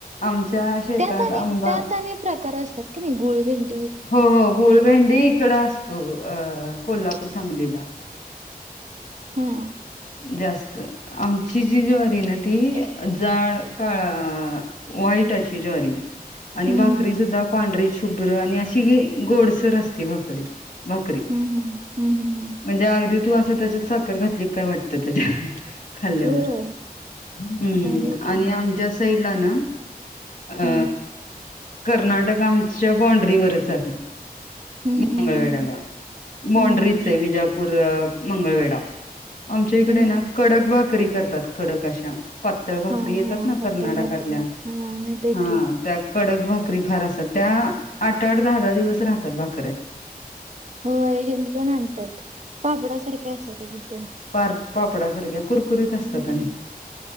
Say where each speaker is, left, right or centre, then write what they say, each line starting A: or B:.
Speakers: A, on the left; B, on the right.
A: आमच्या शेतात
B: त्यात
A: आंबा
B: त्यात अने प्रकार असतात क नाही गुळभेंडी..
A: हो हो गुळभेंडी इकड असतो अ कोल्हापूर सांगलीला.
B: हा.
A: जास्त आमची जी जवारी ना ती जाड काळा.. वईट अशी जॉरी.. आणि
B: हम्म
A: भाकरी
B: हम्म
A: सुद्धा पांढरी शुभ्र आणि अशी गोडसर असते भाकरी. बाकरी
B: हम्म हम्म हम्म हम्म हम्म
A: म्हणजेगदी तू अस.. त्याच्यात साखर घातली काय वाटत त्याच्या. खाल्ल्यावर
B: होय
A: ह्
B: भारी आहे की
A: आणि आमच्या साईडला ना.. अ
B: हम्म.
A: कर्नाटक आमच्या बाॉंड्रीवरच आहे.
B: हम्म
A: मंगळवेढ्याला
B: हम्म हम्म
A: बाॉंड्रीच
B: हम्म हम्म
A: आहे विजापूर मंगळवेढा.. आमच्या इकडे
B: त्यांना
A: ना कडक भाकरी करतात कडक अशा पतळ भाकरी
B: हा
A: येतात
B: हा
A: ना
B: पातळ
A: कर्नाटकातल्या
B: भाकरी हा माहित आहेत
A: हा
B: की
A: त्या कडक भाकरी फार असतात त्या आठ आठ दहा दहा दिवस राहतात बाकरी
B: हो हिंदू पण आणतात पापड सारख्या असतात एकदम
A: ड कत
B: हम्म